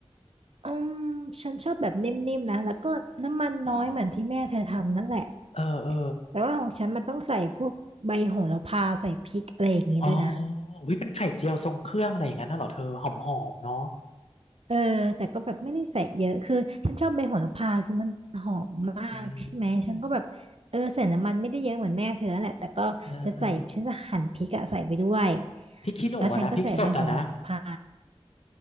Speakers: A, on the right (about 65°); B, on the left (about 75°).
A: อืมฉันชอบแบบนิ่มๆนะแล้วก็น้ำมันน้อยเหมือนที่แม่เธอทำนั่นแหละ
B: อ๋อเออเออ
A: แต่ว่าของฉันมันต้องใส่พวกใบโหระพาใส่พริกอะไรอย่างงี้ด้วยนะ
B: อ๋ออุ้ยเป็นไข่เจียวทรงเครื่องอะไรอย่างนั้นน่ะเหรอเธอหอมๆเนาะ
A: เออแต่ก็แบบไม่ได้ใส่เยอะ คือฉันชอบใบโหระพาคือมันหอมมากใช่ไหม
B: อื
A: ฉันก็แบบเออใส่น้ำมันไม่ได้เยอะเหมือนแม่เธอนั่นแหละแต่ก็จะใส่ฉันจะหั่นพริกอะใส่ไปด้วย
B: ม เออเออพริกขี้หนูอะนะพริกสดอะนะ
A: แล้วฉันก็ใส่ใบโหระพา